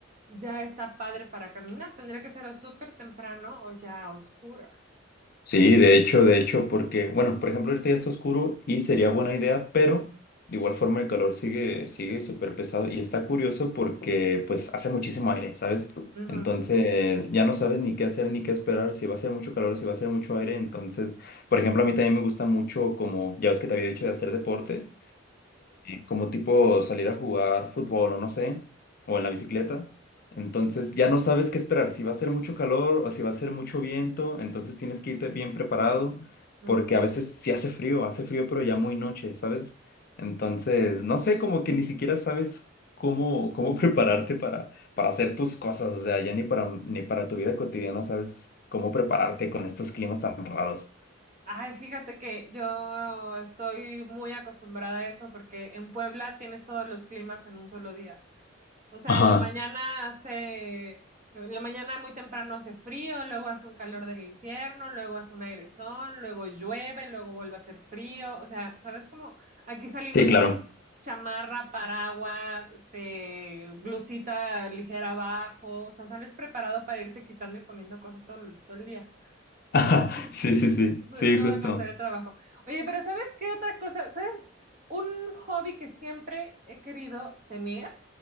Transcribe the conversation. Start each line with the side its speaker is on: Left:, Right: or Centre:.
Right: ya está padre para caminar. Tendría que ser o súper temprano o ya a oscuras.
Left: Sí, de hecho, de hecho, porque, bueno, por ejemplo, ahorita ya está oscuro y sería buena idea, pero de igual forma el calor sigue, sigue súper pesado y está curioso porque pues hace muchísimo aire, ¿sabes?
Right: Ujú,
Left: Entonces ya no sabes ni qué hacer ni qué esperar, si va a ser mucho calor, si va a ser mucho aire, entonces, por ejemplo, a mí también me gusta mucho como, ya ves que te había dicho de hacer deporte. como tipo salir a jugar fútbol o no sé, o en la bicicleta. Entonces ya no sabes qué esperar, si va a ser mucho calor o si va a ser mucho viento, entonces tienes que irte bien preparado,
Right: ujú,
Left: porque
Right: ujú.
Left: a veces sí hace frío, hace frío pero ya muy noche, ¿sabes? Entonces, no sé, como que ni siquiera sabes cómo, cómo <laughs> prepararte para, para hacer tus cosas, o sea, ya ni para, ni para tu vida cotidiana sabes cómo prepararte con estos climas tan raros.
Right: Ay, fíjate que yo estoy muy acostumbrada a eso porque en Puebla tienes todos los climas en un solo día. O sea,
Left: Ajá,
Right: en la mañana hace, en la mañana muy temprano hace frío, luego hace un calor del infierno, luego hace un airezón, luego llueve, luego vuelve a hacer frío. O sea, ¿sabes cómo? Aquí salimos
Left: sí, claro.
Right: con
Left: <laughs>
Right: chamarra, paraguas, este, blusita ligera abajo. O sea, sales preparado para irte quitando y poniendo cosas todo, el- todo el día. <laughs>
Left: Ajá,
Right: Entonces,
Left: sí, sí, sí,
Right: no
Left: sí, justo.
Right: me costaría trabajo. Oye, pero ¿sabes qué otra cosa? ¿Sabes? Un hobby que siempre he querido tener